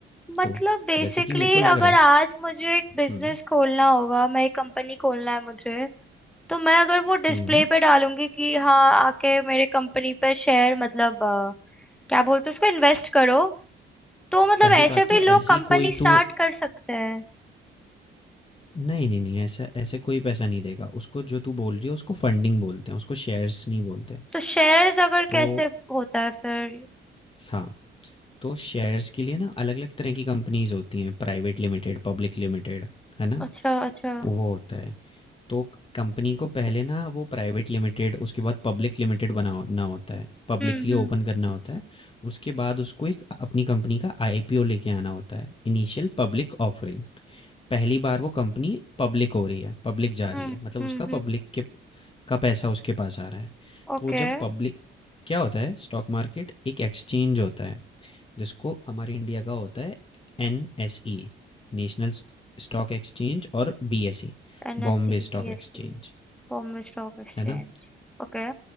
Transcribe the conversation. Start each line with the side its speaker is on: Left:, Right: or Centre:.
Centre: मतलब
Left: तो
Centre: बेसिकली
Left: जैसे कि मेरे को लग
Centre: अगर
Left: रहा है
Centre: आज मुझे एक बिजनेस
Left: हुँ।
Centre: खोलना होगा मैं एक कंपनी खोलना है मुझे तो मैं अगर वो डिस्प्ले
Left: हुँ,
Centre: पे डालूंगी कि हाँ आके मेरे कंपनी पे शेयर मतलब क्या बोलते हैं उसको इन्वेस्ट करो तो मतलब
Left: पहली
Centre: ऐसे
Left: बात
Centre: भी
Left: तो
Centre: लोग
Left: ऐसी
Centre: कंपनी
Left: कोई
Centre: स्टार्ट
Left: तू
Centre: कर सकते हैं
Left: नहीं, नहीं, नहीं ऐसा ऐसे कोई पैसा नहीं देगा। उसको जो तू बोल रही है उसको फंडिंग बोलते हैं, उसको शेयर्स नहीं बोलते।
Centre: तो शेयर्स अगर
Left: तो
Centre: कैसे होता है फिर
Left: हाँ, तो शेयर्स के लिए ना अलग-अलग तरह की कंपनीज़ होती हैं प्राइवेट लिमिटेड, पब्लिक लिमिटेड, है ना?
Centre: अच्छा अच्छा
Left: वो होता है। तो कंपनी को पहले ना वो प्राइवेट लिमिटेड उसके बाद पब्लिक लिमिटेड बनाना होता है। पब्लिकली
Centre: हम्म हम्म
Left: ओपन करना होता है। उसके बाद उसको एक अपनी कंपनी का आईपीओ लेके आना होता है। Initial public offering. पहली बार वो कंपनी पब्लिक हो रही है, पब्लिक जा रही
Centre: हम्म
Left: है। मतलब
Centre: हम्म
Left: उसका
Centre: हम्म
Left: पब्लिक के का पैसा उसके पास आ रहा है।
Centre: Okay
Left: तो जब पब्लिक क्या होता है स्टॉक मार्केट एक एक्सचेंज होता है। जिसको हमारे इंडिया का होता है N S E national stock exchange और B S E
Centre: NSC
Left: Bombay stock
Centre: BSC
Left: exchange
Centre: Bombay stock exchange
Left: है ना
Centre: Okay